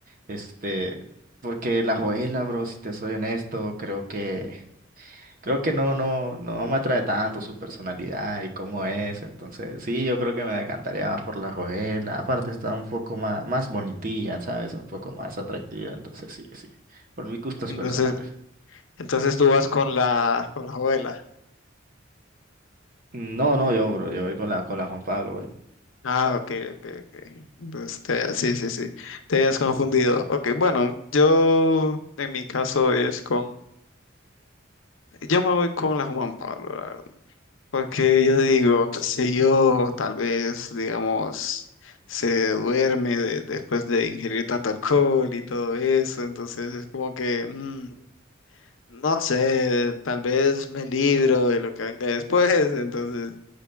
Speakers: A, on the right; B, on the left.
A: Este, porque la Joela, bro, si te soy honesto, creo que creo que no no no me atrae tanto su personalidad y cómo es, entonces sí, yo creo que me decantaría más por la Joela. Aparte está un poco más más bonitilla, ¿sabes? Un poco más atractiva, entonces sí, sí. Por mis gustos
B: Entonces,
A: personales.
B: Entonces tú vas con la, con la abuela.
A: No, no, yo, bro, yo voy con la con la Juan Pablo. voy.
B: Ah, ok, ok, ok. Entonces, te- sí, sí, sí. Te habías confundido. Ok, bueno, yo en mi caso es con. Yo me voy con la Juan Pablo, la verdad. Porque yo digo, qué sé yo, tal vez, digamos, se duerme de- después de ingerir tanto alcohol y todo eso. Entonces es como que, mm, no sé, tal vez me libro de lo que venga después. <laughs> Entonces.